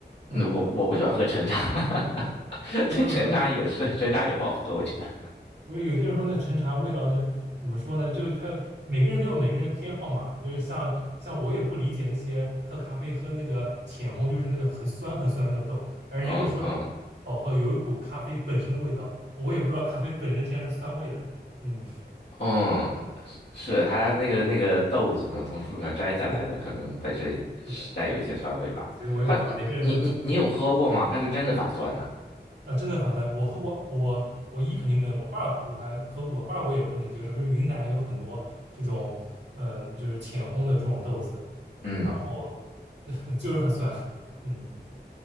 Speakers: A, on the left; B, on the right.
A: 嗯，
B: 嗯嗯，
A: 我我不喜欢喝陈茶，<laughs>
B: 他说什么？
A: 对，陈茶也是，陈茶也不好喝，我觉得。
B: 不是有些人说那陈茶味道就怎么说呢？就他每个人都有每个人偏好嘛，就是像像我也不理解那些喝咖啡喝那个浅烘，就是那个很酸很酸那个豆，而人家就说这个好喝，
A: 嗯嗯
B: 有一股咖啡本身的味道，我也不知道咖啡本身竟然是酸味的，嗯，
A: 嗯，是他家那个那个豆子嘛，从树上摘下来的，
B: 对，
A: 可能本身是带有一些酸味吧。
B: 是的，所以我也无法，
A: 它，
B: 每个人都有自己偏好。
A: 你你你有喝过吗？它是真的发酸呐、
B: 啊，真的法酸！我喝过，我我一肯定不能，我二还我还喝过，二我也不能接受，就是云南有很多这种，嗯、就是浅烘的这种豆子，
A: 嗯
B: 然后 <laughs> 就是很酸，嗯，